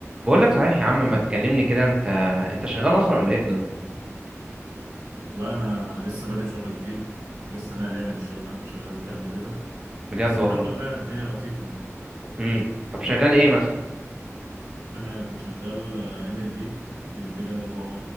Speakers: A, on the right; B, on the right.
A: بقول لك صحيح يا عم ما تكلمني كده انت انت شغال اصلا ولا ايه الدنيا
B: لا انا لسه بادئ شغل جديد لسه ناقل يعني من الشغل اللي انا كنت شغال فيه قبل كده
A: بجد
B: بس الحمد
A: والله
B: لله الدنيا لطيفه يعني
A: امم طب شغال ايه مثلا
B: انا كنت شغال آه، ان ال بي ان ال بي ده اللي هو